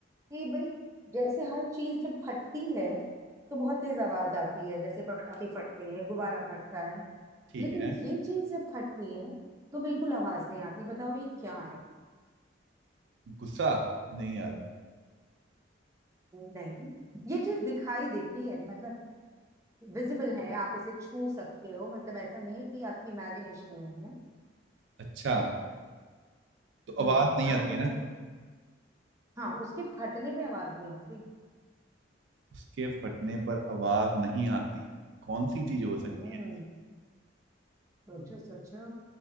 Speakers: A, on the right; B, on the right.
A: कि भाई जैसे हर चीज जब फटती है तो बहुत तेज आवाज आती है जैसे पटाखे फटते हैं गुब्बारा फटता है
B: ठीक
A: लेकिन
B: है
A: ये चीज जब फटती है तो बिल्कुल आवाज नहीं आती बताओ ये क्या है
B: गुस्सा नहीं यार
A: नहीं ये चीज दिखाई देती है मतलब विजिबल है आप इसे छू सकते हो मतलब ऐसा नहीं है कि आपकी इमेजिनेशन में है
B: अच्छा तो
A: हम्म
B: आवाज नहीं
A: आप
B: आती
A: सोचो
B: है ना
A: हाँ उसके फटने पे आवाज नहीं आती
B: उसके फटने पर आवाज नहीं आती कौन सी चीज हो सकती
A: हम्म
B: है
A: सोचो सोचो